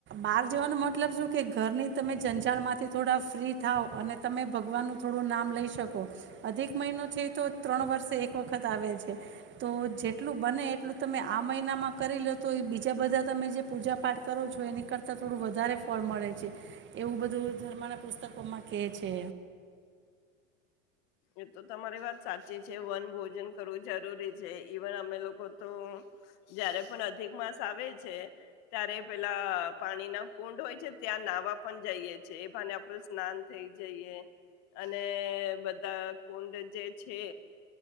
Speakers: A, on the right; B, on the left.
A: બહાર જવાનો મતલબ શું કે ઘરની તમે જંઝાણમાંથી થોડા ફ્રી થાવ અને મન ને શાંતિ મળે. થોડું નામ લઈ શકો, અધિક મહિનો છે એ તો ત્રણ વર્ષે એક વખત આવે છે, તો જેટલું બને એટલું તમે આ મહિનામાં કરી લો તો એ બીજા બધા તમે જે પૂજા પાઠ કરવા મેળ આવે. એ કરતા થોડું વધારે ફળ મળે છે, એવું બધું ધર્મના પુસ્તકોમાં કેહે છે.
B: એ તો તમારી વાત સાચી છે વન ભોજન કરવું જરૂરી છે ઈવન અમે લોકો તો, જારે પણ અધિક માસ આવે છે, ત્યારે પેલા પાણી ના કુંડ હોય છે ત્યાં નાહવા પણ જઈએ છે એ ભ આપડું સ્નાન થઈ જઈએ. અને બધી મજા આવે છે. કુંડ જે છે.